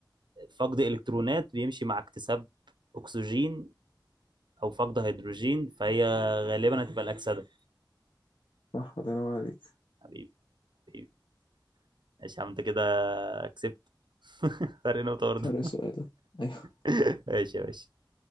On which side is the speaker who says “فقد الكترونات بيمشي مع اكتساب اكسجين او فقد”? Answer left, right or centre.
Right